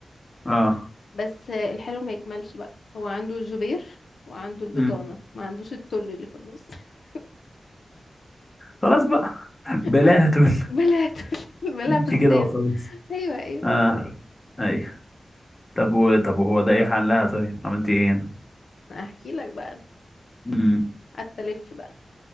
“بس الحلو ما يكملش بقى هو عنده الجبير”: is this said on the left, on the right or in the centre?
Left